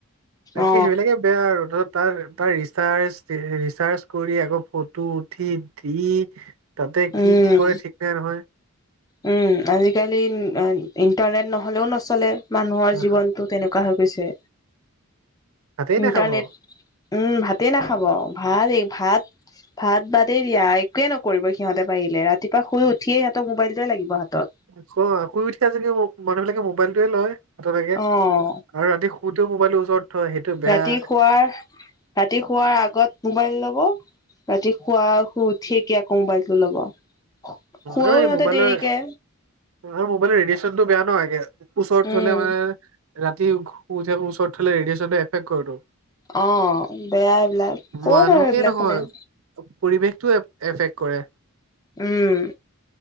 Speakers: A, on the right; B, on the left.
A: তাকে
B: অ
A: সেইবিলাকে বেয়া ৰদত তাৰ - তাৰ ৰিচাৰ্জ - ৰিচাৰ্জ কৰি আকৌ ফটো উঠি দি তাতে
B: উম
A: কি - কি কৰে ঠিক নাই নহয়।
B: উম, আজিকালি ইণ্টাৰনেট নহলেও নচলে মানুহৰ
A: আহ,
B: জীৱন। ত, তেনেকুৱা হৈ গৈছে
A: ভাতেই নাখাব
B: ইণ্টাৰনেট
A: অ
B: উম ভাতেই নাখাব ভাত এই ভাত ভাত বাদেই দিয়া একোৱে নকৰিব সিহঁতে পাৰিলে ৰাতিপুৱা শুই উঠিয়ে সিহঁতক মবাইল টোৱাই লাগিব হাতত
A: অ শুই উঠা যদি মানুহ বিলাকে মোবাইলটোৱে লয় হাতত একে
B: অ
A: আৰু ৰাতি শুতেও মোবাইলটো ওচৰত থয় সেইটো বেয়া
B: ৰাতি শুৱাৰ ৰাতি শুৱাৰ আগত মোবাইল ল'ব ৰাতি শুৱাৰ শুই উঠিকে আকৌ মোবাইলটো লব শুৱেও
A: আৰু
B: সিহঁতে
A: এই মোবাইলৰ
B: দেৰিকে
A: মোবাইলৰ ৰেডিয়েচনটো বেয়া ন একে ওচৰত
B: উম
A: থলে মানে ৰাতি উঠ শুই ওচৰত থলে ৰেডিয়েচনটো এফেক্ট কৰেটো
B: অ বেয়া এইবিলাক কত
A: মানুহকে
B: আৰু এইবিলাক
A: নহয়
B: শুনে
A: পৰিৱেশটো এফেক্ট কৰে।
B: উম,